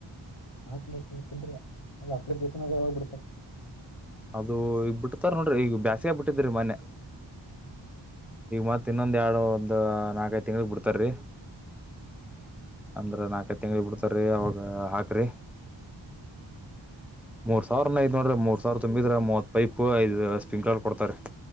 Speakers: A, on the left; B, in the centre.
A: ಬಾತು, ಮಾಡುತ್ತೀನಿ, ತಿಂದು, ಇಲ್ಲಾ, ಅದು, ಅಪ್ಪಿಲಿ. <inaudible> ಚೆನ್ನಾಗಿ, ಹೋಗ್ಬಿಡ್ತಾರೆ. <inaudible>
B: ಅದು, ಈಗ್ ಬಿಡ್ತಾರೆ,, ನೋಡ್ರಿ. ಈಗ ಬ್ಯಾಸಿಗೆಗೆ, ಬಿಟ್ಟಿದ್ರಿ ಮೊನ್ನೆ. <inaudible>
A: ಹ್ಮ್. <inaudible>
B: ಈಗ, ಮತ್ ಇನ್ನೊಂದು, ಎರಡು ಒಂದು ನಾಲ್ಕೈದು, ತಿಂಗಳು, ಬಿಡ್ತಾರೀ. <inaudible>
A: ಹ್ಮ್.... <inaudible>
B: ಅಂದ್ರ, ನಾಲ್ಕೈ, ತಿಂಗಳಿಗೆ ಬಿಡ್ತಾರಿ! ಅವಾಗ ಹಾಕ್ರಿ. <inaudible>
A: ಹ್ಮ್... <inaudible>
B: ಮೂರ್, ಸಾವಿರನ, ಇದು, ನೋಡ್ರೆ ಮೂರ್ ಸಾವಿರ, ತುಂಬಿದ್ರೆ? ಮೂವತ್ ಪೈಪ್, ಐದು ಸ್ಪಿಂಕರ್ಲ್ಲಿ, ಕೊಡ್ತಾರೆ. <inaudible>